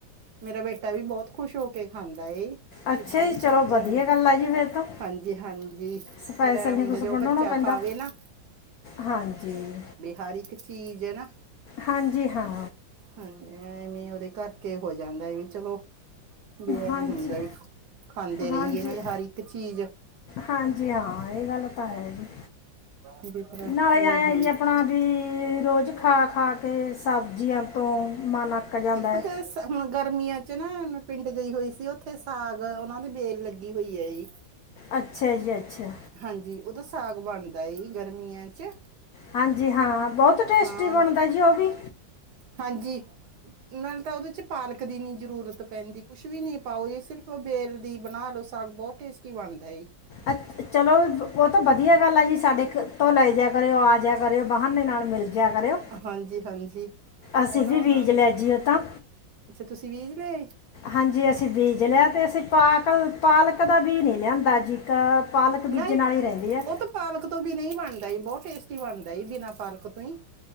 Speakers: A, on the right (about 70°); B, on the left (about 80°).
A: ਮੇਰਾ ਬੇਟਾ ਵੀ ਬਹੁਤ ਖੁਸ਼ ਹੋ ਕੇ ਖਾਂਦਾ ਏ।
B: ਅੱਛਾ
A: ਚਿਬੜਾ
B: ਜੀ
A: ਦੀ
B: ਚਲੋ
A: ਚੱਟਣੀ,
B: ਵਧੀਆ ਗੱਲ ਆ ਜੀ ਫਿਰ ਤਾਂ
A: ਹਾਂਜੀ- ਹਾਂਜੀ। ਜੀ
B: ਸਪੈਸ਼ਲ
A: ਫੇਰ ਇਹ ਹੁੰਦਾ
B: ਨਹੀਂ ਕੁਝ
A: ਜ ਉਹ
B: ਬਣਾਉਣਾ
A: ਬੱਚਾ
B: ਪੈਂਦਾ
A: ਖਾਵੇ ਨਾ।
B: ਹਾਂਜੀ
A: ਹਰ ਇੱਕ ਚੀਜ਼ ਹੈ ਨਾ।
B: ਹਾਂਜੀ ਹਾਂ।
A: ਹਾਂਜੀ ਐਵੇਂ ਉਹਦੇ ਕਰਕੇ ਹੋ ਜਾਂਦਾ ਵੀ ਚਲੋ। ਵਿ ਆਹੀ
B: ਹਾਂਜੀ
A: ਹੁੰਦਾ ਵੀ ਖਾਂਦੇ ਰਹੀਏ
B: ਹਾਂਜੀ
A: ਨਾ ਹਰ ਇੱਕ ਚੀਜ਼।
B: ਹਾਂਜੀ ਹਾਂ ਇਹ ਗੱਲ ਤਾਂ ਹੈ ਜੀ,
A: ਇਹਦੀ ਤਰ੍ਹਾਂ
B: ਨਾਲ
A: ਉਹ
B: ਹੀ ਆਇਆ
A: ਹੁਣ
B: ਜੀ ਆ- ਆਪਣਾ ਵੀ ਰੋਜ਼ ਖਾ- ਖਾ ਕੇ ਸਬਜ਼ੀਆਂ ਤੋਂ ਮਣੱ ਅਕ ਜਾਂਦਾ। ਹੈ
A: ਉਥੇ ਹੁਣ ਗਰਮੀਆਂ ਚ ਨਾ ਪਿੰਡ ਗਈ ਹੋਈ ਸੀ ਉੱਥੇ ਸਾਗ ਉਹਨਾ ਦੀ ਬੇਲ ਲੱਗੀ ਹੋਈ ਹੈ ਜੀ।
B: ਅੱਛਾ ਜੀ, ਅੱਛਾ
A: ਹਾਂਜੀ, ਉਹ ਤਾਂ ਸਾਗ ਬਣਦਾ ਗਰਮੀਆਂ ਚ,
B: ਹਾਂਜੀ ਹਾਂ, ਬਹੁਤ ਟੇਸਟੀ
A: ਹਾਂ
B: ਬਣਦਾ ਜੀ ਉਹ ਵੀ
A: ਹਾਂਜੀ। ਨਾਲ ਤਾਂ ਉਹਦੇ ਚ ਪਾਲਕ ਦੀ ਨਈ ਜਰੂਰਤ ਪੈਂਦੀ, ਕੁਛ ਵੀ ਨੀ ਪਾਓ ਸਿਰਫ, ਉਹ ਬੇਲ ਦੀ ਬਣਾ ਲਓ ਤਾ ਬਹੁਤ ਟੇਸਟੀ, ਬਣਦਾ ਏੀ
B: ਅ ਚਲੋ, ਉਹ ਤਾਂ ਬ ਵਧੀਆ ਗੱਲ ਆ ਜੀ, ਸਾਡੇ ਤੋਂ ਲੈ ਜਾਿਆ ਕਰਿਓ, ਆ ਜਾਇ ਕਰਿਓ, ਬਾਹਨੇ ਦੇ ਨਾਲ ਮਿਲ ਜਿਆ ਕਰਿਓ,
A: ਹਾਂਜੀ ਹਾਂਜੀ
B: ਅਸੀਂ
A: ਉਹ ਨਾ
B: ਵੀ
A: ਉਹਨਾਂ
B: ਬੀਜ
A: ਨੇ
B: ਲੈ ਜਾਈਏ ਤਾਂ
A: ਅੱਛਾ, ਤੁਸੀਂ ਵੀਜ ਲਏ
B: ਹਾਂਜੀ, ਅਸੀਂ ਬੀਜ ਲਿਆ ਤੇ, ਅਸੀਂ ਪਾਲ'ਕ ਪਾਲਕ ਦਾ ਬੀਜ ਨਹੀਂੀ ਲਿਆਂਦਾ ਜੀ, ਇੱਕ ਪਾਲਕ
A: ਨਹੀਂ
B: ਬੀਜਣ ਆਲੀ ਰਹਿ ਗਈ ਆ
A: ਉਹ ਤਾਂ ਪਾਲਕ ਤੋਂ ਬਿਨਾ ਹੀ ਬਣਦਾ, ਬਹੁਤ ਟੇਸਟੀ ਬਣਦਾ ਬਿਨਾ ਪਾਲਕ ਤੋਂ ਹੀ